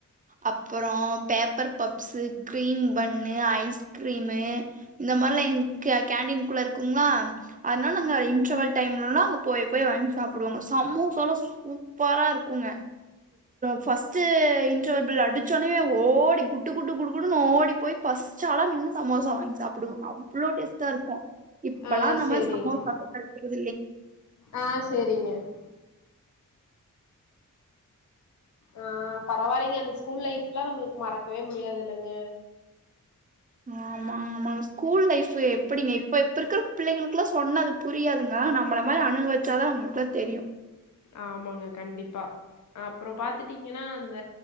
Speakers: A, on the right; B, on the left.
A: அப்புற paper puffs cream bun ice cream இந்த மாரிலா எங்க கேண்டின் குள்ள இருக்குங்களா அதனால நாங்க இன்டர்வல் டைம்ல எல்லா அங்க போய் போய் வாங்கி சாப்டுவாங்க சமோசாலா சூப்பரா இருக்குங்க ஃபர்ஸ்ட்டு இன்டர்வல் பெல் அடிச்ச உன்னே ஓடி குட்டு குட்டு குடு குடுன்னு ஓடி போய் ஃபர்ஸ்ட் ஆளா நின்னு சமோசா வாங்கி சாப்டுவோங்க அவ்ளோ டேஸ்ட்டா இருக்கு இப்பல்லா
B: ஆ
A: அந்த
B: சரிங்க
A: மாரி சம்பவம் <inaudible>
B: ஆ சரிங்க <inaudible> ஆ பரவாயில்லைங்க அந்த ஸ்கூல் லைஃப்லா நம்மளுக்கு மறக்கவே முடியாது இல்லங்க
A: ஆமா ஆமாங்க ஸ்கூல் லைஃபு எப்படிங்க இப்ப இப்பருக்கிற பிள்ளைங்களுக்குலாம் சொன்னா அது புரியாதுங்க நம்மளை மாரி அனுபவச்சாதா அவங்களுக்குலா தெரியு
B: ஆமாங்க கண்டிப்பா அப்புற பாத்துட்டீங்கனா அந்த